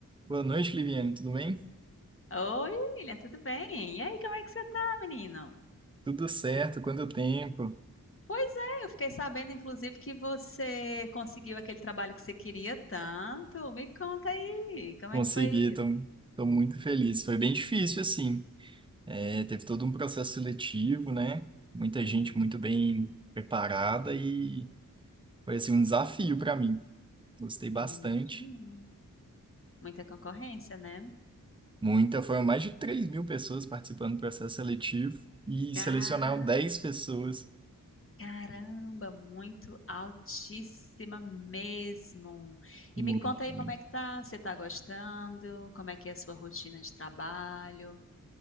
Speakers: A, on the right; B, on the left.
A: Boa noite, Liviane. Tudo bem?
B: Oi, William, tudo bem? E aí, como é que você tá, menino?
A: Tudo certo? Quanto tempo?
B: Pois é, eu fiquei sabendo, inclusive, que você conseguiu aquele trabalho que você queria tanto. Me conta aí, como
A: Consegui,
B: é que foi
A: estou
B: isso?
A: muito feliz. Foi bem difícil, assim. É, teve todo um processo seletivo, né? Muita
B: Uhum,
A: gente muito bem preparada e foi assim, um desafio para mim. Gostei bastante.
B: eu imagino. Muita concorrência, né?
A: Muita, foram mais de 3 mil pessoas participando do processo seletivo e
B: Ca-
A: selecionaram 10 pessoas.
B: Caramba, muito altíssima mesmo.
A: Muito,
B: E me conta aí
A: muito.
B: como é que tá? Você tá gostando? Como é que é a sua rotina de trabalho?